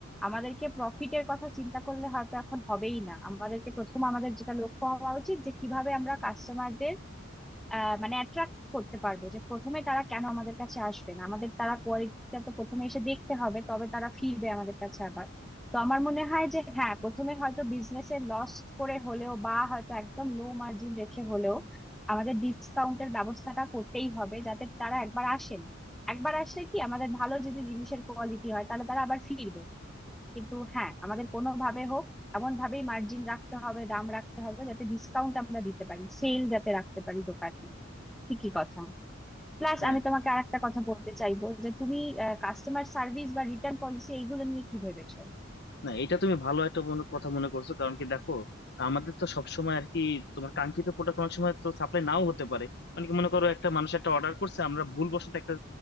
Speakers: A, in the centre; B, on the left (about 55°).
A: আমাদেরকে প্রফিটের কথা চিন্তা করলে হয়তো এখন হবেই না আমাদেরকে প্রথম আমাদের যেটা লক্ষ্য হওয়া উচিত যে কিভাবে আমরা কাস্টমারদের আহ মানে অ্যাট্রাক্ট করতে পারবো যে প্রথমে তারা কেন আমাদের কাছে আসবে না আমাদের তারা কোয়ালিটিটা তো প্রথমে এসে দেখতে হবে তবে তারা ফিরবে আমাদের কাছে আবার তো আমার মনে হয় যে হ্যাঁ প্রথমে হয়তো বিজনেসে লস করে হলেও বা হয়তো একদম লো মার্জিন রেখে হলেও আমাদের ডিসকাউন্টের ব্যবস্থাটা করতেই হবে যাতে তারা একবার আসেন একবার আসলে কি আমাদের ভালো যদি জিনিসের কোয়ালিটি হয় তাহলে তারা আবার ফিরবে কিন্তু হ্যাঁ আমাদের কোনোভাবে হোক এমন ভাবেই মার্জিন রাখতে হবে দাম রাখতে হবে যাতে ডিসকাউন্ট আমরা দিতে পারি সেল যাতে রাখতে পারি দোকানে ঠিকই কথা প্লাস
B: হ্যাঁ
A: আমি তোমাকে আরেকটা কথা বলতে চাইবো যে তুমি কাস্টমার সার্ভিস বা রিটার্ন পলিসি এইগুলো নিয়ে কি ভেবেছো
B: না এটা তুমি ভালো একটা মনে কথা মনে করছো কারণ কি দেখো আমাদের তো সবসময় আর কি তোমার কাঙ্ক্ষিত প্রোডাক্ট অনেক সময় তো সাপ্লাই নাও হতে পারে মানে কি মনে করো একটা মানুষ একটা অর্ডার করছে আমরা ভুলবশত একটা